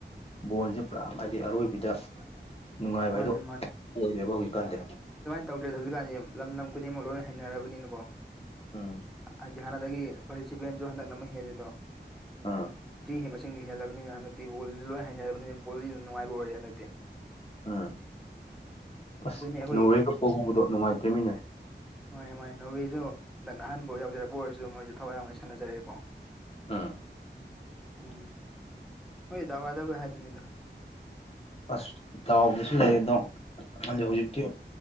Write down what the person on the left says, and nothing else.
ꯕꯣꯣꯟꯁꯦ ꯄꯨꯔꯥ ꯍꯥꯏꯗꯤ ꯑꯔꯣꯏꯕꯤꯗ ꯅꯨꯡꯉꯥꯏꯕ
ꯍꯥꯏꯗꯣ ꯑꯣꯏꯔꯦꯕ ꯍꯧꯖꯤꯛꯀꯥꯟꯗꯤꯦ
ꯎꯝ
ꯑꯥ
ꯎꯝ ꯑꯁ
ꯅꯣꯔꯦꯒ ꯄꯣꯛꯍꯕꯗꯣ ꯅꯨꯡꯉꯥꯏꯇꯦꯃꯤꯅꯦ
ꯎꯝ
ꯑꯁ ꯇꯥꯎꯗꯁꯨ ꯂꯩ
ꯑꯗꯣ ꯍꯧꯖꯤꯛ ꯍꯧꯖꯤꯛꯤ